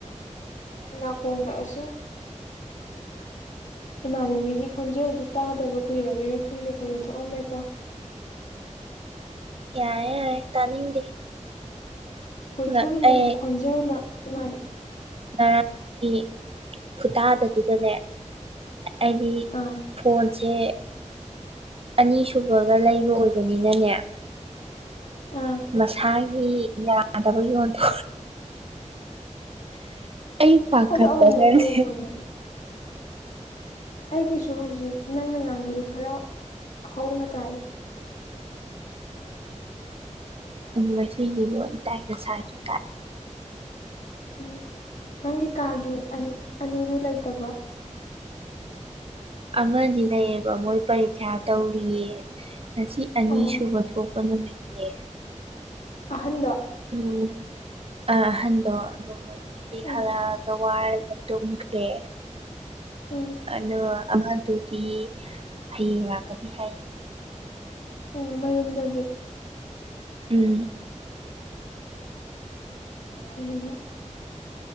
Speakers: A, on the left; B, on the right.
A: ꯅꯅꯥꯀꯣꯡꯣꯡꯗꯁ ꯏꯃꯥꯟꯅꯕꯤꯒꯤ ꯈꯣꯟꯖꯦꯜꯗꯤ ꯇꯥꯗꯕ ꯀꯨꯏꯔꯕꯩꯔꯥ ꯈꯪꯗꯦ ꯐꯖ ꯊꯣꯛꯑꯝꯃꯦꯀꯣ
B: ꯌꯥꯔꯦ ꯌꯥꯔꯦ ꯇꯥꯅꯤꯡꯗꯦ
A: ꯈꯣꯏꯊꯨꯝꯅꯕ
B: ꯉ ꯑꯩ
A: ꯈꯣꯟꯖꯦꯜꯅ ꯏꯃꯥꯅ
B: ꯉꯔꯥꯡꯒꯤ ꯈꯨꯇꯥꯗꯗꯨꯗꯅꯦ ꯑꯩꯒꯤ
A: ꯑꯥ
B: ꯐꯣꯟꯣꯟ ꯁꯦ ꯑꯅꯤꯁꯨꯕꯒ ꯂꯩꯕ ꯑꯣꯏꯕꯅꯤꯅꯅꯦ
A: ꯑꯥ
B: ꯃꯁꯥꯒꯤ ꯌꯥꯗꯕ ꯌꯣꯟꯗꯣ ꯑꯩ ꯄꯥꯀꯠꯇꯔꯅꯦ
A: ꯑꯗꯣ ꯑꯃꯨꯛꯃꯨꯛ ꯇꯧꯕꯅꯦ ꯑꯩꯒꯤꯁꯨ ꯍꯧꯖꯤꯛ ꯅꯪꯅ ꯉꯥꯡꯕꯁꯤ ꯈꯔ ꯍꯧꯅ ꯇꯥꯏ
B: ꯎꯝꯁ ꯁꯥꯥꯖꯤ
A: ꯎꯝ ꯅꯪꯒꯤ ꯀꯥꯒꯤ ꯑꯅꯤꯗꯨ ꯂꯩꯇꯕꯣ
B: ꯑꯃꯗꯤ ꯂꯩꯌꯦꯕ ꯃꯣꯏ ꯄꯔꯤꯈ꯭ꯌꯥ ꯇꯧꯔꯤꯌꯦ ꯉꯁꯤ ꯑꯅꯤꯁꯨꯕ
A: ꯑꯣ
B: ꯊꯣꯛꯄ ꯅꯨꯃꯤꯠꯅꯦ
A: ꯑꯍꯟꯗ
B: ꯎꯝ ꯑ ꯑꯍꯟꯗꯣ ꯑꯗꯨꯝꯗꯤ
A: ꯎꯝ
B: ꯍꯔꯒ ꯋꯥꯔꯒ ꯇꯨꯝꯈ꯭ꯔꯦ
A: ꯎꯝ
B: ꯑꯗꯨꯒ ꯑꯃꯗꯨꯗꯤ ꯍꯌꯦꯡ ꯂꯥꯛꯀꯅꯤ ꯍꯥꯏꯌꯦ
A: ꯑꯣ ꯃꯌꯨꯝꯗꯒꯤ
B: ꯎꯝ
A: ꯍꯅꯦ